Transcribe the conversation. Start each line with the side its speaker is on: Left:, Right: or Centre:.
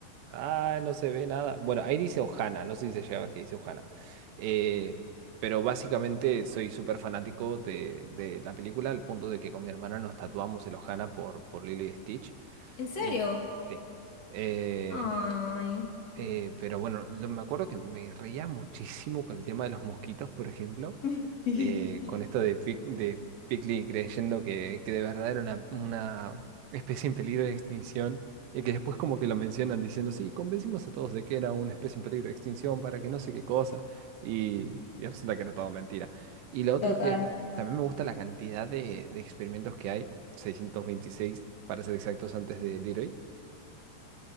Right: Ah, no se ve nada. Bueno, ahí dice Ohana, no sé si se llega a ver qué dice Ohana. Eh, pero básicamente soy súper fanático de, de la película, al punto de que con mi hermana nos tatuamos el Ohana por, por Lilo y Stitch.
Left: ¿En serio?
Right: Eh, sí. Eh,
Left: Ay.
Right: eh, pero bueno, lo- me acuerdo que me reía muchísimo con el tema de los mosquitos, por ejemplo
Left: <laughs>
Right: eh, con esto de, Pic- de Pigly creyendo que, que de verdad era una, una especie en peligro de extinción, y que después como que lo mencionan diciendo, sí, convencimos a todos de que era una especie en peligro de extinción para que no sé qué cosa, y, y resulta que era todo mentira. Y lo otro
Left: Total.
Right: que ta- también me gusta la cantidad de, de experimentos que hay, 626 para ser exactos antes de Leroy,